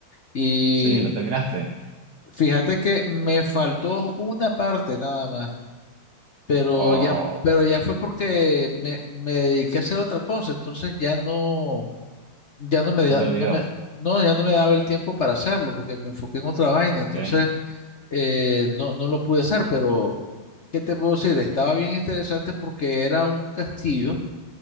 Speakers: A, on the left; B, on the right.
A: Y
B: Sí, ¿lo terminaste?
A: fíjate que me faltó una parte nada más, pero
B: ¿O
A: ya, pero ya fue porque me, me dediqué a hacer otra cosa, entonces ya no, ya no me,
B: se
A: da-
B: te olvidó?
A: no me, no, ya no me daba el tiempo para hacerlo, porque me enfoqué en otra vaina,
B: Ok.
A: entonces eh, no, no lo pude hacer, pero ¿qué te puedo decir? Estaba bien interesante porque era un castillo